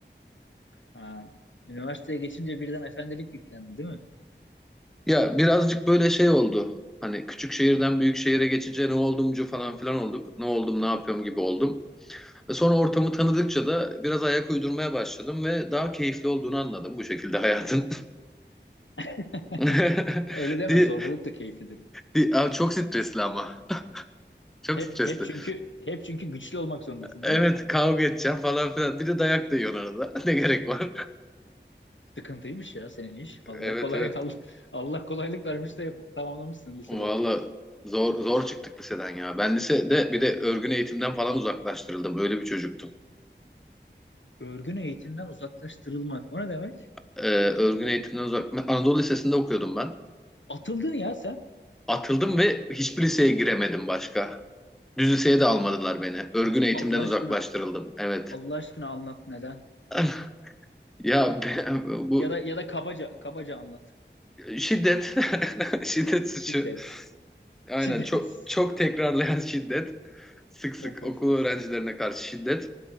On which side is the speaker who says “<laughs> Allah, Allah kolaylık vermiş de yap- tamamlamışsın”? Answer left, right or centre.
Left